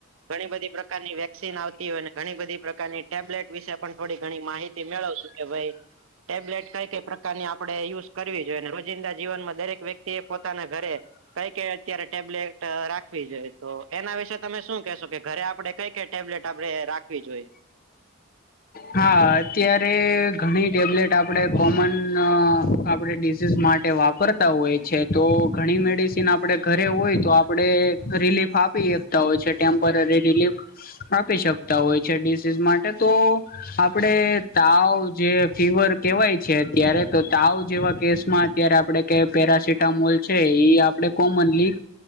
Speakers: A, on the right; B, on the left.
A: ઘણી બધી પ્રકારની વેક્સિન આવતી હોય ને ઘણી બધી પ્રકારની ટેબ્લેટ વિશે પણ થોડી ઘણી માહિતી મેળવ શું કે ભઈ ટેબ્લેટ કઈ કઈ પ્રકારની આપડે યુઝ કરવી જોઈએ. ને રોજિંદા જીવનમાં દરેક વ્યક્તિ એ પોતાના ઘરે કઈ કઈ અત્યારે ટેબલેટ રાખવી જોઈએ તો એના વિશે તમે શું કેશો કે ઘરે આપડે કઈ કઈ ટેબલેટ આપડે રાખવી જોઈએ?
B: હા, અત્યારે ઘણી ટેબ્લેટ આપડે કોમન આપડે ડીઝીઝ માટે વા કરતા હોય છે, તો ઘણી મેડિસિન આપડે ઘરે હોય તો આપડે રિલીફ આપીએ તા હોય છે. ટેમ્પરરી રિલીફ આપી શકતા હોય છે, ડિસીઝ માટે તો આપડે તાવ જે ફીવર કેવાય છે અત્યારે, તો તાવ જેવા કેસમાં અત્યારે આપડે કે પેરાસિટામોલ છે ઈ આપડે કોમનલી